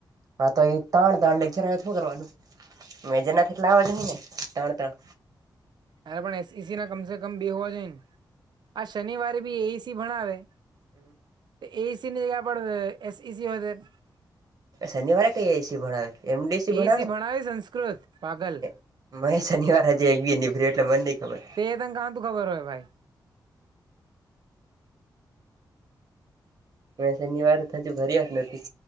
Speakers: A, on the right; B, on the right.
A: હા તો એ તાણ દાંડ લેક્ચર આવે તો હું કરવાનું. મેજર ના કેટલા લાવવા ની ને ત્રણ ત્રણ
B: અરે પણ એસસી ના કમસે કમ બે હોવા જોઈ ને આ શનિવારે પણ એઈસી ભણાવે.
A: હમમ.
B: એઈસી ની એના પણ એસઇસી <unintelligible>
A: શનિવારે કઈ એઈસી ભણાવે એમડીસી
B: એઈસી
A: ભણાવે ને.
B: સંસ્કૃત પાગલ
A: મેં શનિવાર હજી એક બી નીભર્યું એટલે મને ની ખબર.
B: તે તને કા તું ખબર હોય ભાઈ.
A: મે શનિવાર હજુ ભર્યા જ નથી.